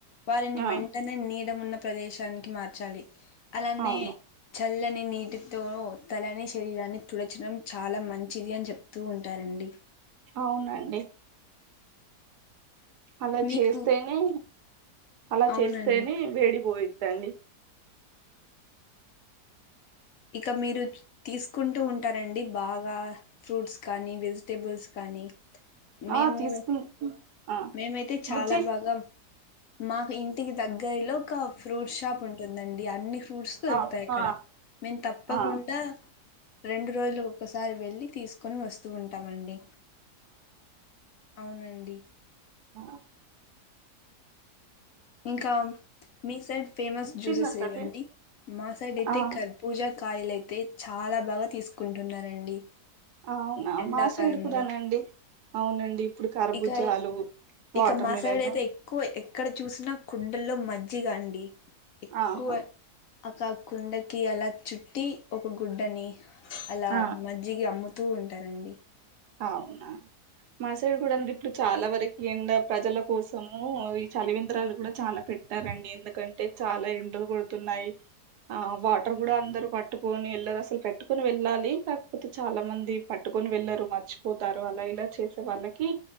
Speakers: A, on the left; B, on the right.
A: వారిని
B: ఆ
A: వెంటనే నీడమున్న ప్రదేశానికి మార్చాలి అలానే
B: అవును
A: చల్లని నీటితో తలని శరీరాన్ని తుడచడం చాలా మంచిది అని చెప్ తు ఉంటారండి
B: అవునండి అలా
A: మీకు
B: చేస్తేనే అలా
A: అవునండి
B: చేస్తేనే వేడి పోయిద్దండి
A: ఇక మీరు తీసుకుంటూ ఉంటారండి బాగా ఫ్రూట్స్ కానీ వెజిటేబుల్స్ కానీ మేము
B: ఆ తీసుకు ఆ
A: మేమైతే చాలా
B: తీసుకుంటు బుజ్జి
A: బాగా మాకు ఇంటికి దగ్గరలో ఒక ఫ్రూట్ షాప్ ఉంటుందండి అన్ని ఫ్రూట్స్ దొరుకుతాయి
B: ఆ
A: అక్కడ
B: ఆ
A: మేం తప్పకుండా
B: ఆ
A: రెండు రోజులకు ఒకసారి వెళ్ళి తీసుకొని వస్తూ ఉంటామండి అవునండి
B: ఆ
A: ఇంకా మీ సైడ్ ఫేమస్ జ్యూసెస్
B: తిన్నత్త
A: ఏవండి
B: తి
A: మా సైడ్ అయితే
B: ఆ
A: కర్ పూజా కాయలు అయితే చాలా బాగా తీసుకుంటున్నారండి
B: అవునా
A: ఎండాకాలంలో.
B: మా సైడ్ కూడానండి అవునండి
A: ఇ
B: ఇప్పుడు కరబుజాలు
A: ఇక
B: వాటర్
A: ఇక మా
B: మిలన్
A: సైడ్ అయితే ఎక్కువ ఎక్కడ చూసినా కుండల్లో మజ్జిగ అండి ఎక్కువ
B: ఆహా
A: అ కుండకి అలా చుట్టి ఒక గుడ్డని అలా
B: ఆ!
A: మజ్జిగ అమ్ము తూ ఉంటారండి
B: అవునా మా సైడ్ కూడా అండి ఇప్పుడు చాలా వరకి ఎండ ప్రజల కోసము ఈ చలి వేంద్రాలు కూడా చాలా పెట్ట టారండి ఎందుకంటే చాలా ఎండలు కొడుతున్నాయి ఆ వాటర్ కూడా అందరూ పట్టుకొని ఎల్లరు అసలు పెట్టుకొని వెళ్ళాలి కాకపోతే చాలా మంది పట్టుకొని వెళ్ళరు మా మర్చిపోతారు అలా ఇలా చేసే వాళ్ళకి